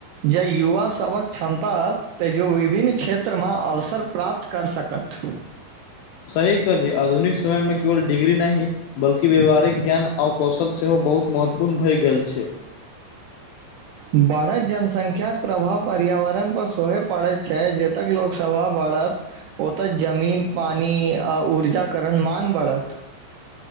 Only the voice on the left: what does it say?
सही कहालि आधुनिक समय मे केवल डिग्री नहि बल्कि व्यावहारिक ज्ञान अब कौशल सेहो बहुत महत्वपूर्ण भए गेल छै